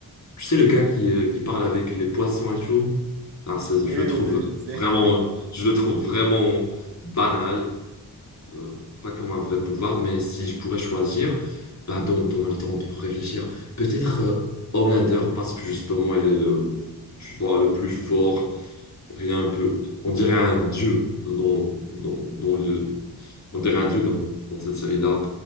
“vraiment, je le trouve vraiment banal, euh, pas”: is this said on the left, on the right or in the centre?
Left